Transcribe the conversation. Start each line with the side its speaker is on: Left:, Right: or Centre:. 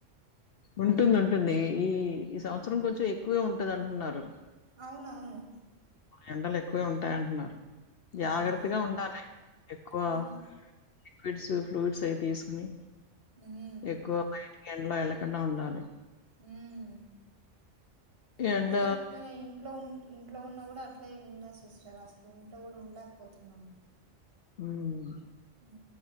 Left: ఉంటుంది ఉంటుంది ఈ ఈ సంవత్సరం కొంచెం ఎక్కువే ఉంటది అంటున్నారు
Right: అవునవును
Left: ఎండలు ఎక్కువే ఉంటాయంటున్నారు జాగ్రత్తగా
Right: ఉమ్
Left: ఉండాలి ఎక్కువ
Right: అవును
Left: లిక్విడ్స్ ఫ్రూట్స్ అయి తీస్ కొని
Right: ఉమ్
Left: ఎక్కువ బయటి కేండ్లో ఏళ్ల కన్ కుండా ఉండాలి
Right: హు మ్
Left: ఎండ
Right: ఎండలో దిరక్కపోయినా ఇంట్లో ఉన్ ఇంట్లో ఉన్న కూడా అట్ ఇట్లా ఉండా సిస్టర్ అసలు ఇంట్లో కూడా ఉండలేకపోతున్నాము
Left: హు మ్
Right: హు